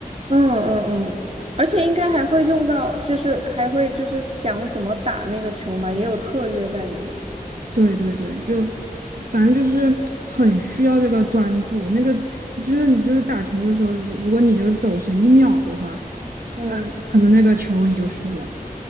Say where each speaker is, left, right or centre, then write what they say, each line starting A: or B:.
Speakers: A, on the right; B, on the right.
A: 嗯嗯嗯，而且应该还会用到，就是还会就是想怎么打那个球嘛，也有策略在里面。
B: 对对对，就反正就是很需要这个专注。那个真的，你就是打球的时候，就是如果你这个走神一秒的话，
A: 嗯
B: 啊，可能那个球你就输了。